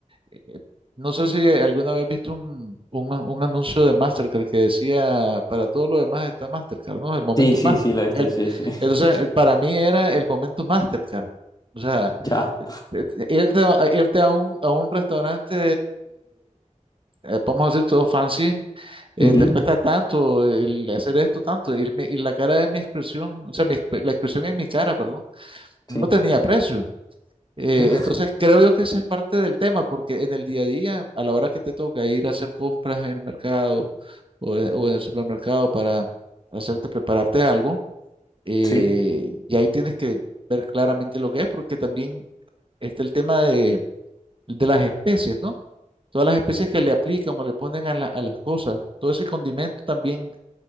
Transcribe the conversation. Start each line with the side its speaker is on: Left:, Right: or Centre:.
Right: eh, No sé si alguna vez viste un, un, an- un anuncio de Mastercard que decía, para todo lo demás está Mastercard, ¿no? El momento
Left: Sí, sí,
Right: más.
Left: sí, lo viste,
Right: El,
Left: sí, sí. <laughs>
Right: entonces,
Left: sí, sí.
Right: eh, para mí era el momento Mastercard. O sea,
Left: Ya.
Right: eh, eh, irte, a, a- irte a un, a un restaurante, eh, vamos a decir todo fancy, eh,
Left: Ujú.
Right: te cuesta tanto, el hacer esto tanto, y, mi- y la cara de mi expresión, o sea, mi exp- la expresión en mi cara, perdón, no
Left: Sí,
Right: tenía precio. Eh,
Left: ya.
Right: entonces creo yo que ese es parte del tema, porque en el día a día, a la hora que te toca ir a hacer compras en el mercado o en, o en el supermercado para hacerte prepararte algo, eh,
Left: Sí.
Right: y ahí tienes que ver claramente lo que es, porque también está el tema de, de las especies, ¿no? Todas las especies que le aplican o le ponen a, la- a las cosas, todo ese condimento también